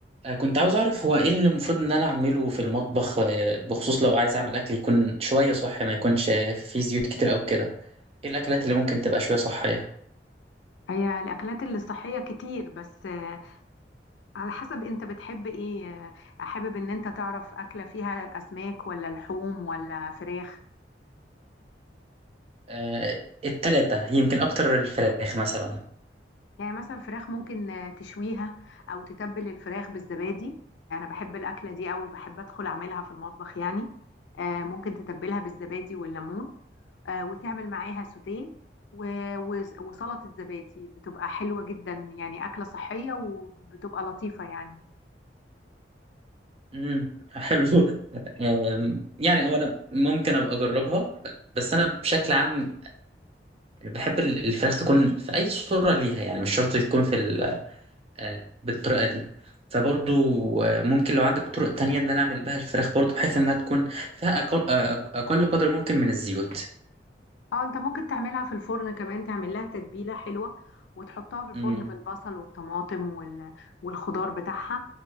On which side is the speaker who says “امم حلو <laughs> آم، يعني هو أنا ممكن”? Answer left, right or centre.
Right